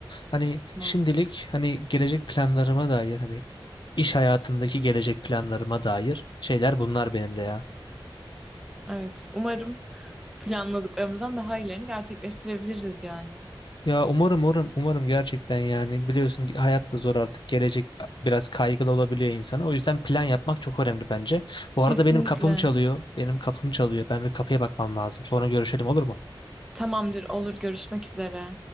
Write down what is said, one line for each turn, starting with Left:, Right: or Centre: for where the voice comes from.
Left: Hani
Centre: Mantıklı.
Left: şimdilik hani gelecek planlarıma dair hani iş hayatındaki gelecek planlarıma dair şeyler bunlar benim de ya.
Centre: Evet, umarım planladıklarımızdan daha iyilerini gerçekleştirebiliriz yani.
Left: Ya umarım umarım umarım gerçekten yani biliyorsun ki hayat da zor artık gelecek biraz kaygılı olabiliyor insana o yüzden plan yapmak çok önemli bence. Bu
Centre: Kesinlikle.
Left: arada benim kapım çalıyor benim kapım çalıyor ben bir kapıya bakmam lazım sonra görüşelim olur mu?
Centre: Tamamdır, olur görüşmek üzere.